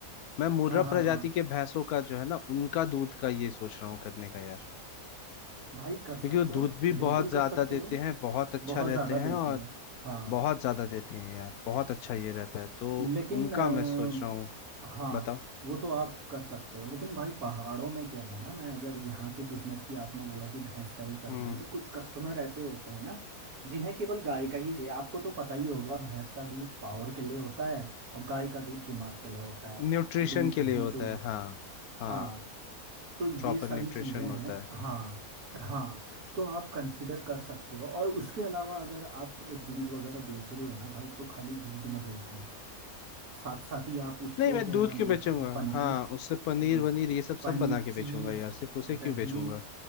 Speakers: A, on the left; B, on the right.
A: मैं मुर्रा
B: हाँ हाँ
A: प्रजाति
B: हाँ
A: के भैंसों का जो है ना उनका दूध का ये सोच रहा हूँ करने का यार
B: भाई कर
A: क्योंकि
B: सकते
A: वो दूध
B: हो
A: भी
B: बिल्कुल
A: बहुत ज्यादा
B: कर सकते
A: देते
B: हो
A: हैं बहुत अच्छा
B: बहुत
A: रहते
B: ज़्यादा
A: हैं
B: देती
A: और
B: है हाँ
A: बहुत ज्यादा देते हैं यार बहुत अच्छा ये रहता है तो
B: लेकिन
A: उनका
B: अ,
A: मैं सोच रहा हूँ
B: हाँ
A: बताओ
B: वो तो आप कर सकते हो लेकिन भाई पहाड़ों में क्या है ना मैं अगर यहाँ के बिजनेस की आपने बोला कि भैंस का ही करना
A: हम्म
B: है तो कुछ कस्टमर ऐसे होते हैं ना जिन्हें केवल गाय का ही चाहिए आपको तो पता ही होगा भैंस का दूध पावर के लिए होता है और गाय का दूध दिमाग के लिए होता है
A: न्यूट्रिशन
B: दूध
A: के
B: दही
A: लिए होता
B: जो
A: है
B: भी
A: हाँ
B: हाँ
A: हाँ
B: तो ये
A: प्रॉपर
B: सारी
A: न्यूट्रिशन
B: चीज़ें हैं
A: होता है
B: हाँ हाँ तो आप कंसिडर कर सकते हो और उसके अलावा अगर आप दूध वगैरह बेच रहे हो ना भाई तो खाली दूध मत बेचना साथ साथ ही आप उससे
A: नहीं मैं
B: क्या
A: दूध
B: नाम
A: क्यों
B: बोलते
A: बेचूंगा
B: हैं पनीर
A: हाँ उससे पनीर
B: हम्म
A: वनीर ये सब
B: पनीर
A: सब बना के
B: चीज़
A: बेचूंगा यार सिर्फ उसे क्यों
B: दही
A: बेचूंगा